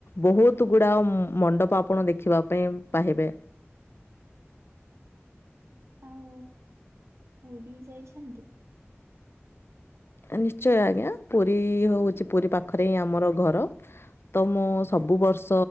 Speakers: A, on the left (about 60°); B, on the right (about 80°).
A: ବହୁତ ଗୁଡାଅ ମଣ୍ଡପ ଆପଣ ଦେଖିବା ପାଇଁ ପାହିବେ।
B: ଆଉ ପୁରୀ ଯାଇଛନ୍ତି?
A: ନିଶ୍ଚୟ ଆଜ୍ଞା ପୁରୀ ହଉଛି ପୁରୀ ପାଖରେ ହିଁ ଆମର ଘର। ତ ମୁଁ ସବୁ ବର୍ଷ